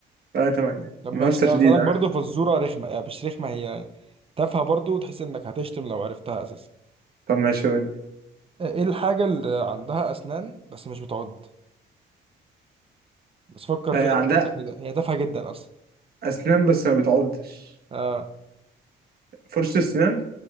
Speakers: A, on the right; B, on the right.
A: تلاتة تمانية
B: طب
A: منافسة
B: ماشي ده
A: شديدة
B: هسألك
A: ها؟
B: برضه فزورة رخمة يعني مش رخمة هي تافهة برضه وتحس إنك هتشتم لو عرفتها أساسا
A: طب ماشي قول لي
B: آه، إيه الحاجة اللي عندها أسنان بس مش بتعض؟ بس فكر
A: آه
B: فيها
A: عندها
B: كده كده. هي تافهة جدا أصلا
A: أسنان بس ما بتعضش
B: آه
A: فرشة أسنان